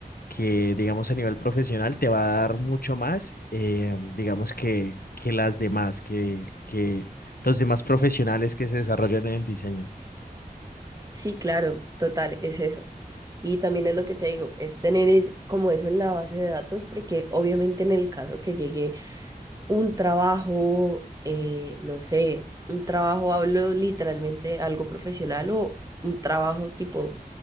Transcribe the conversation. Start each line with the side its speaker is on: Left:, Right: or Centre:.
Left: que digamos, a nivel profesional te va a dar mucho más, eh, digamos, que, que las demás, que, que los demás profesionales que se desarrollan en el diseño.
Right: Sí, claro, total, es eso. Y también es lo que te digo, es tener es- como eso en la base de datos, porque obviamente en el caso que llegue un trabajo, eh, no sé, un trabajo, hablo literalmente de algo profesional o un trabajo tipo